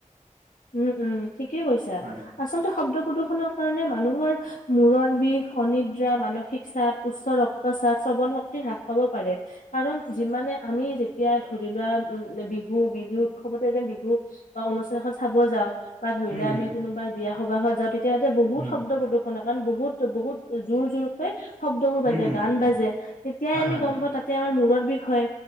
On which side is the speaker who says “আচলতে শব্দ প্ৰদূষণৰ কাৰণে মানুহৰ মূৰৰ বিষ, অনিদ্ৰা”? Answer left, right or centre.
Left